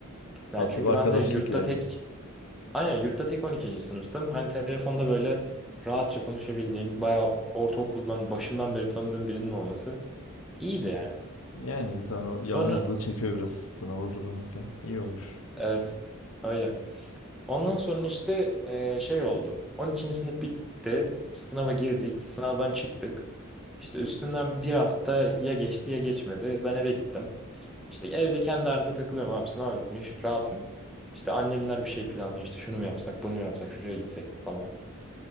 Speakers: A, in the centre; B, on the left.
A: Ben
B: Tatlı
A: çünkü
B: bir arkadaşlık
A: ben de yurtta
B: yani.
A: tek Aynen yurtta tek on ikinci sınıftım. Hani telefonda böyle rahatça konuşabildiğim, bayağı ortaokuldan başından beri tanıdığım birinin olması iyiydi yani.
B: Yani insan o yalnızlığı
A: Sonra
B: çekiyor biraz sınava hazırlanırken. İyi olmuş.
A: evet öyle. Ondan sonra işte e, şey oldu. On ikinci sınıf bitti. Sınava girdik. Sınavdan çıktık. İşte üstünden bir hafta ya geçti ya geçmedi. Ben eve gittim. İşte evde kendi halimde takılıyorum abi. Sınav bitmiş. Rahatım. İşte annemler bir şey planlıyor. İşte şunu mu yapsak, bunu mu yapsak, şuraya gitsek mi falan.